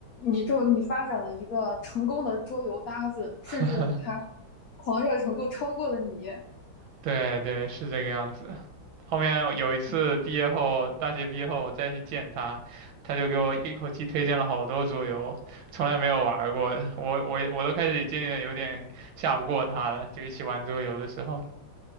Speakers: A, on the left (about 75°); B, on the right (about 85°).
A: 你就你发展了一个成功的桌游搭子，
B: <laughs>
A: 甚至他狂热程度超过了你，
B: 对对，是这个样子。后面有一次毕业后，
A: 嗯
B: 大学毕业后我再去见他，他就给我一口气推荐了好多桌游，从来没有玩儿过的。我我我都开始渐渐地有点下不过他了，就一起玩桌游的时候，